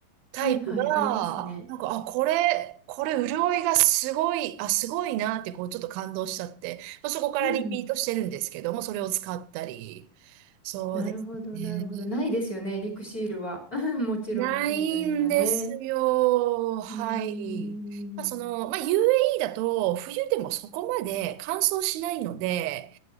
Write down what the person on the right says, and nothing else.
タイプが、
なんか、あ、これ、これ潤いがすごい、あ、すごいなって、こう、ちょっと感動しちゃって、まあ、そこからリピートしてるんですけども、
それを使ったり、そうですね。
ないんですよ。はい。
まあ、その、まあ、UAE だと、冬でもそこまで乾燥しないので、